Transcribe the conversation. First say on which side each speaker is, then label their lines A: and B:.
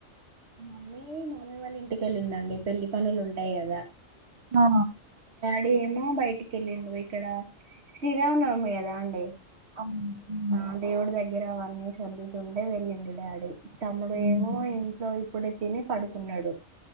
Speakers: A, on the right; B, on the right.
A: మమ్మీ మమ్మీ వాళ్ళ ఇంటికెళ్ళిందండి పెళ్లి పనులు ఉంటాయి గదా
B: ఆ
A: డీ ఏమో బయటికి వెళ్ళిడు ఇక్కడ శ్రీరామనవమి గదా అండి
B: అవును మ్
A: ఆ దేవుడు దగ్గర అవ అన్నయ్య శాందుతుంటే వెళ్ళిడు డాడీ తమ్ముడు
B: మ్
A: ఏమో ఏన్ ఇప్పుడైతేనే పాడుకున్నాడు